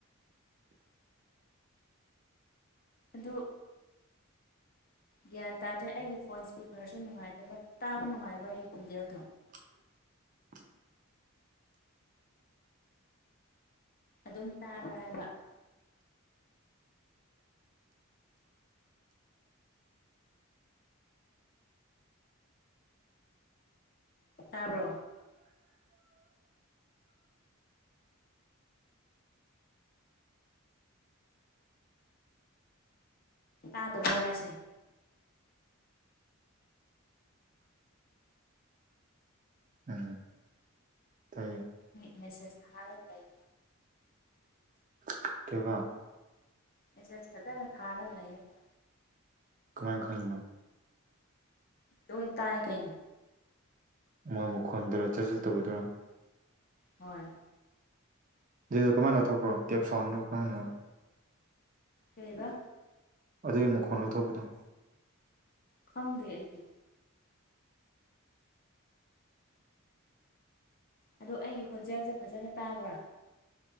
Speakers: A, on the left (about 40°); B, on the right (about 35°).
A: ꯑꯗꯨ ꯒ꯭ꯌꯥꯟ ꯇꯥꯗꯦ ꯑꯩꯒꯤ ꯐꯣꯟ ꯏꯁꯄꯤꯀꯔꯁꯨ ꯅꯨꯡꯉꯥꯏꯇꯕ ꯇꯥꯕ ꯅꯨꯡꯉꯥꯏꯕ꯭ꯔꯥ ꯑꯩꯒꯤ ꯈꯣꯟꯖꯦꯜꯗꯣ
B: <inaudible>
A: ꯑꯗꯨꯝ ꯇꯥꯕ꯭ꯔꯥ ꯍꯥꯏꯕ ꯇꯥꯕ꯭ꯔꯣ ꯇꯥꯗꯕ꯭ꯔꯣ ꯍꯥꯏꯁꯦ
B: ꯎꯝ ꯇꯥꯏꯑꯦ
A: ꯃꯦꯁꯦꯖ ꯊꯔ ꯂꯩꯏ
B: ꯑꯗꯨꯀ <unintelligible>
A: ꯃꯦꯁꯦꯖ ꯐꯖꯅ ꯊꯥꯔꯒ ꯂꯩꯌꯦ ꯃꯥ
B: ꯀꯃꯥꯏ ꯈꯪꯏꯅꯣ
A: ꯂꯣꯢ ꯇꯥꯏ ꯀꯩꯅꯣ
B: ꯑꯃ ꯃꯈꯣꯟꯗꯨꯔꯥ ꯆꯠ ꯆ ꯇꯧꯒꯗꯨꯔꯥ
A: ꯍꯣꯏ
B: ꯑꯗꯨꯗ ꯀꯃꯥꯏꯅ ꯂꯧꯊꯣꯛꯄ꯭ꯔꯣ ꯀꯦꯞ ꯁꯥꯎꯟꯅꯣ ꯈꯔꯅꯣ
A: ꯀꯩꯕ
B: ꯑꯗꯨꯒꯤ ꯃꯈꯣꯟ ꯂꯧꯊꯣꯛꯄꯗꯣ
A: ꯈꯪꯗꯦ ꯑꯩꯗꯤ ꯑꯗꯨ ꯑꯩꯒꯤ ꯈꯣꯟꯖꯦꯜꯁ ꯐꯖꯅ ꯇꯥꯕ꯭ꯔꯥ